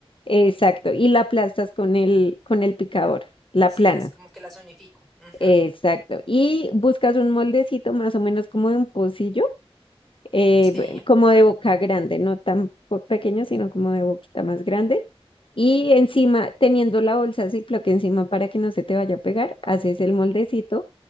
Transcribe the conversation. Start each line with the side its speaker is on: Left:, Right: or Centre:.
Left: exacto. Y la aplastas con el, con el picador, la
Centre: Sí,
Left: plana.
Centre: las como que las unifico. Ujú,
Left: Exacto. Y buscas un moldecito más o menos como de un pocillo eh,
Centre: Sí.
Left: b- como de boca grande, no tan po- pequeño, sino como de boquita más grande. Y encima, teniendo la bolsa Ziploc encima para que no se te vaya a pegar, haces el moldecito